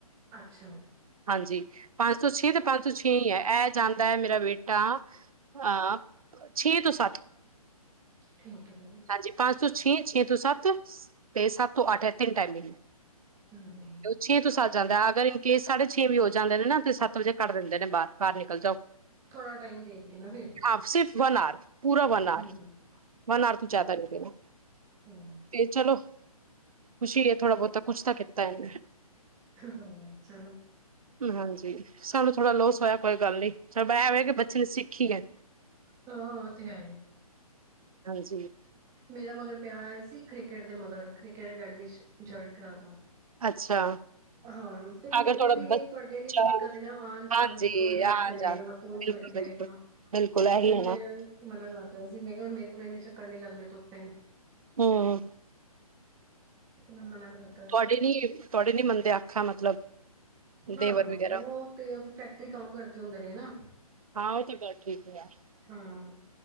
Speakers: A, on the right; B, on the right.
A: ਅੱਛਾ।
B: ਹਾਂਜੀ, ਪੰਜ ਤੋਂ ਛੇ ਤੇ ਪੰਜ ਤੋਂ ਛੇ ਈ ਹੈ ਐਹ ਜਾਂਦੈ ਮੇਰਾ ਬੇਟਾ ਅਹ ਛੇ ਤੋਂ ਸੱਤ।
A: ਠੀਕ ਹੈ ਜੀ।
B: ਹਾਂਜੀ ਪੰਜ ਤੋਂ ਛੇ ਛੇ ਤੋਂ ਸੱਤ ਤੇ ਸੱਤ ਤੋਂ ਅੱਠ ਐਹ ਤਿੰਨ ਟਾਈਮਿੰਗ ਨੇ।
A: ਹਮ ਹਮ ਹਮ‌।
B: ਛੇ ਤੋਂ ਸਾਤ ਜਾਂਦੈ ਅਗਰ ਇਨੁ ਕੇ ਸਾਢੇ ਛੇ ਵੀ ਹੋ ਜਾਂਦੇ ਨੇ ਨਾ ਤੇ ਸੱਤ ਵਜੇ ਕੱਢ ਦਿੰਦੇ ਨੇ ਬਾਰ। ਬਾਰ ਨਿਕਲ ਜਾਓ।
A: ਥੋੜ੍ਹਾ ਟਾਈਮ ਦੇਣ ਗੇ, ਨਾ ਫਿਰ
B: ਹਾਂ ਸਿਰਫ ਵਨ ਆਰ ਪੂਰਾ ਵਨ
A: ਹੂੰ,
B: ਆਰ ਵਨ ਆਰ ਤੂੰ ਚਜਆਦਾ ਨਈ ਦੇ ਰੇ
A: ਹੂੰ।
B: ਤੇ ਚਲੋ ਖੁਸ਼ੀ ਹੈ, ਥੋੜ੍ਹਾ ਬਹੁਤਾ ਕੁਛ ਤਾਂ ਕੀਤਾ ਐਣੇ
A: ਹਾਂ ਚਲੋ
B: ਹਾਂਜੀ ਸਾਨੂੰ ਥੋੜ੍ਹਾ ਲੋਸ ਹੋਇਆ, ਕੋਈ ਗੱਲ ਨੀ ਸਾਡਾ ਐ ਹੋ ਕਿ ਬੱਚੇ ਨੇ ਸਿੱਖੀ ਹੈ।
A: ਹਾਂ ਓ ਤੇ ਹੈ ਈ
B: ਹਾਂਜੀ
A: ਮੇਰਾ ਮਗਰ ਪਿਆ ਹੋਆ ਸੀ। ਕ੍ਰਿਕਟ ਦੇ ਮਗਰ ਕ੍ਰਿਕਟ ਅਕਡਮੀ ਚ ਜੁਇਨ ਕਰਾ ਦੋ,
B: ਅੱਛਾ
A: ਹਾਂ ਫਿਰ
B: ਅਗਰ
A: ਮੈਨੂੰ
B: ਥੋੜਾ
A: ਵੀ
B: ਬੱਚਾ
A: ਇਹ ਤੁਹਾਡੇ ਲਈ ਦਿੱਕਤ ਨਾ ਆਉਣ ਜਾਣ
B: ਹਾਂਜੀ
A: ਦੀ ਕੌਣ ਲੈ
B: ਆ
A: ਕੇ ਆਏਗਾ
B: ਜਾਂਦਾ
A: ਕੌਣ
B: ਬਿਲਕੁਲ
A: ਛੱਡ ਕੇ ਆਏਗਾ।
B: ਬਿਲਕੁਲ ਬਿਲਕੁਲ ਇਹੀ
A: ਫਿਰ
B: ਹੈ ਨਾ
A: ਮੈਂ ਮਨਾ ਕਰ ਵੈਸੇ ਮੈਂ ਕਿਹਾ ਮੇਰੇ ਕੋਲ ਐਣੇ ਚੱਕਰ ਨਈ ਲੱਗਣੇ ਤੋਪ ਹੈ
B: ਹਮ।
A: ਕਿ ਮੈਂ ਕਰਤਾ
B: ਤੁਹਾਡੇ
A: ਸੀ
B: ਨੀ ਤੁਹਾਡੇ ਨੀ ਮੰਦਿਆ ਅੱਛਾ ਮਤਲਬ
A: ਨਾ,
B: ਦੇਵਰ
A: ਨਾ
B: ਵਗੈਰਾ
A: ਉਹ ਤੇ ਫੈਕਟਰੀ ਕੰਮ ਕਰਦੇ ਹੁੰਦੇ ਨੇ ਨਾ
B: ਹਾਂ ਉਹ ਤਾਂ ਗੱਲ ਠੀਕ ਹੈ ਯਾਰ
A: ਹਾਂ।